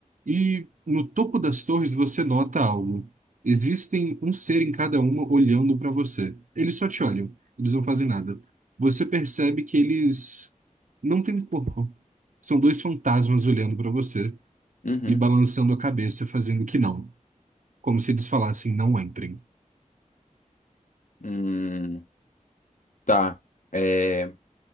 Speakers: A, on the right; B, on the left.
A: e no topo das torres você nota algo. Existem um ser em cada uma olhando para você. Eles só te olham, eles não fazem nada. Você percebe que eles não têm corpo. São dois fantasmas olhando para você
B: Uhum.
A: e balançando a cabeça, fazendo que não, como se eles falassem não entrem.
B: Hum, tá. É,